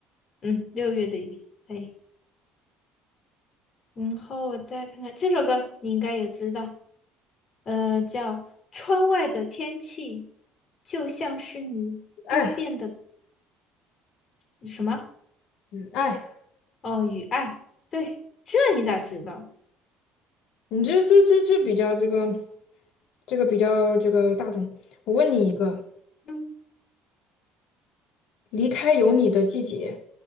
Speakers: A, on the left; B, on the left.
A: 嗯，六月的雨。可以然后我再看看这首歌，你应该也知道，呃，叫《窗外的天气就像是你多变的
B: 爱》哎，
A: 什么？
B: 爱，
A: 哦，雨爱。对，这你咋知道？
B: 你这这这这比较这个这个比较这个大众。我问你一个，
A: 嗯，
B: 离开有你的季节，